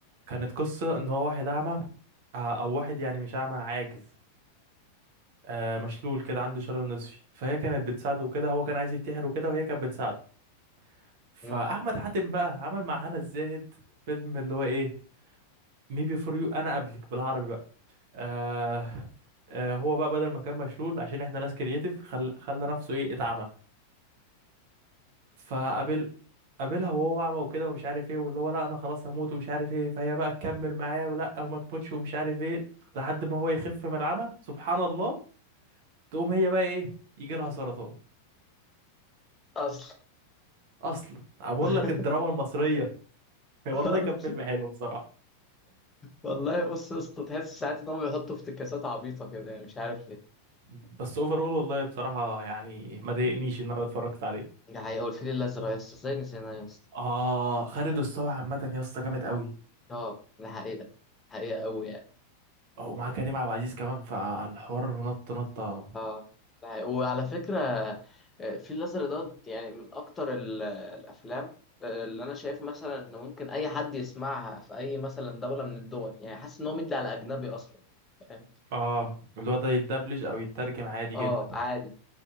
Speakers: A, on the right; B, on the left.
A: كانت قصة ان هو واحد اعمى آه، او واحد يعني مش اعمى عاجز آه، مشلول كده عنده شلل نصفي فهي كانت بتساعده كده هو كان عايز ينتحر وكده وهي كانت بتساعده فاحمد
B: مم.
A: حاتم بقى عمل مع هنا الزاهد فيلم اللي هو ايه مي بي فور يو انا قبلك بالعربي بقى آه آه هو بقى بدل ما كان مشلول عشان احنا ناس كرييتيف خل... خلى نفسه ايه اتعمى فقابل قابلها وهو اعمى وكده ومش عارف ايه واللي هو لا انا خلاص هموت ومش عارف ايه فهي بقى تكمل معاه ولا وما تموتش ومش عارف ايه لحد ما هو يخف من العمى سبحان الله تقوم هي بقى ايه يجي لها سرطان
B: اصلا
A: اصلا أنا بقول
B: <laughs>
A: لك الدراما المصرية <laughs> والله
B: اصلا
A: كان فيلم حلو بصراحة
B: والله بص يا اسطى تحس ساعات ان هم بيحطوا افتكاسات عبيطة كده يعني مش عارف
A: بس اوفرول والله بصراحة يعني ما ضايقنيش
B: ليه
A: ان انا اتفرجت عليه
B: ده حقيقة والفيل الأزرق يا اسطى ازاي نسيناه يا اسطى
A: اه خالد الصاوي عامة يا اسطى جامد قوي
B: اه ده حقيقة حقيقة أوي يعني
A: ومعاه كريم عبد العزيز كمان فالحوار نط نطة
B: اه ده حقيقة. وعلى فكرة آه، الفيل الأزرق ده يعني من أكتر ال- الأفلام آه، اللي أنا شايف مثلا إن ممكن أي حد يسمعها في أي مثلا دولة من الدول يعني حاسس إن هو مدي على أجنبي أصلا فاهم
A: اه اللي هو ده يتدبلج او يترجم عادي
B: اه
A: جدا
B: عادي